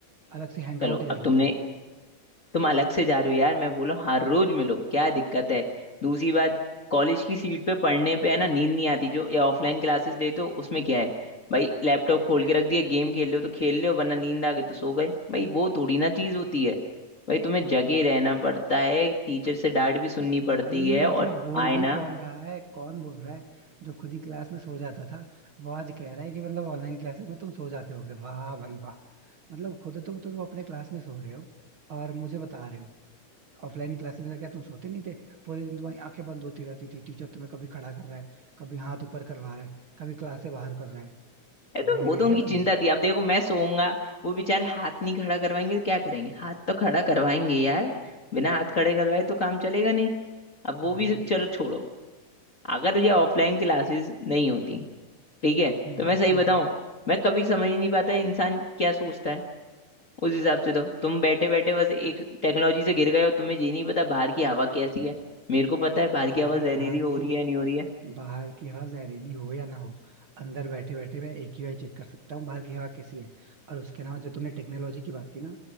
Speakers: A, on the right (about 50°); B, on the left (about 30°).
A: अलग से हैंग
B: चलो
A: आउट ही कर
B: अब
A: लेते
B: तुमने
A: हैं
B: तुम अलग से जा रहे हो यार मैं बोला हूँ, हर रोज मिलो क्या दिक्कत है दूसरी बात कॉलेज की सीट पे पढ़ने पे है ना नींद नहीं आती जो ये ऑफलाइन क्लासेस लेते हो उसमें क्या है भाई लैपटॉप खोल के रख दिया गेम खेल रहे हो तो खेल रहे हो वरना नींद आ गई तो सो गए भाई वो थोड़ी ना चीज होती है भाई तुम्हें जगे रहना पड़ता है टीचर से डांट भी सुननी पड़ती
A: भाई
B: है
A: मतलब
B: और
A: बोल
B: आए
A: भी
B: ना
A: कौन रहा है कौन बोल रहा है जो खुद ही क्लास में सो जाता था वो आज कह रहा है कि मतलब ऑनलाइन क्लासेस में तुम सो जाते होगे वाह भाई वाह मतलब खुद तुम तुम अपने क्लास में सो रहे हो और मुझे बता रहे हो ऑफलाइन क्लासेस में क्या तुम सोते नहीं थे पूरे दिन तुम्हारी आंखें बंद होती रहती थी टीचर तुम्हें कभी खड़ा कर रहा है कभी हाथ ऊपर करवा रहा है कभी क्लास से बाहर कर रहा है
B: ए तो
A: भूल
B: वो
A: गए
B: तो
A: क्या
B: उनकी
A: तुम
B: चिंता थी अब देखो मैं सोऊंगा वो बेचारे हाथ नहीं खड़ा करवाएंगे तो क्या करेंगे हाथ तो खड़ा करवाएंगे यार बिना हाथ खड़े करवाए तो काम चलेगा नहीं अब
A: हाँ
B: वो भी
A: लेकिन
B: चलो छोड़ो अगर ये ऑफलाइन क्लासेस नहीं होती ठीक है
A: हम्म
B: तो मैं सही
A: हम्म
B: बताऊं मैं कभी समझ ही नहीं पाता इंसान क्या सोचता है उस हिसाब से तो तुम बैठे बैठे बस एक टेक्नोलॉजी से गिर गए हो तुम्हें ये नहीं पता बाहर की हवा कैसी है मेरे को पता है बाहर की
A: भाई
B: हवा जहरीली
A: बाहर
B: हो
A: की
B: रही है नहीं हो रही है
A: बाहर की हवा जहरीली हो या ना हो अंदर बैठे बैठे मैं एक ही बार चेक कर सकता हूँ बाहर की हवा कैसी है और उसके अलावा जो तुमने टेक्नोलॉजी की बात की ना